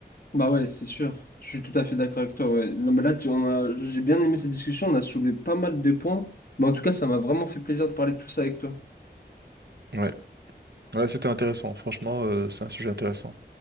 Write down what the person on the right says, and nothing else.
Ouais, ouais, c'était intéressant. Franchement, euh, c'est un sujet intéressant.